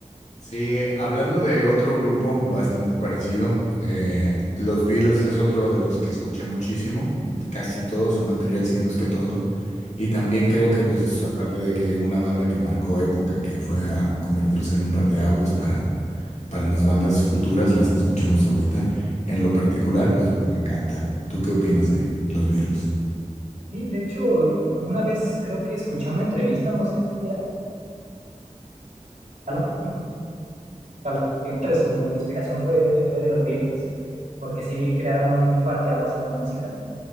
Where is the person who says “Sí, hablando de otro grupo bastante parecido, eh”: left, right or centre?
Left